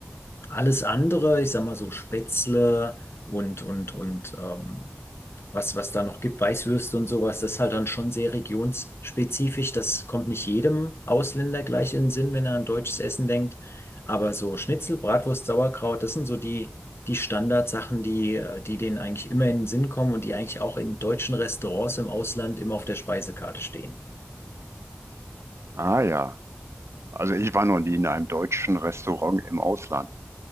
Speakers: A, on the left; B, on the right.
A: alles andere, ich sag mal so Spätzle und und und ähm, was was da noch gibt, Weißwürste und sowas, das ist halt dann schon sehr regionsspezifisch. Das kommt nicht jedem Ausländer gleich in den Sinn, wenn er an deutsches Essen denkt. Aber so Schnitzel, Bratwurst, Sauerkraut, das sind so die die Standardsachen, die äh, die denen eigentlich immer in den Sinn kommen und die eigentlich auch in deutschen Restaurants im Ausland immer auf der Speisekarte stehen.
B: Ah ja. Also ich war noch nie in einem deutschen Restaurant im Ausland.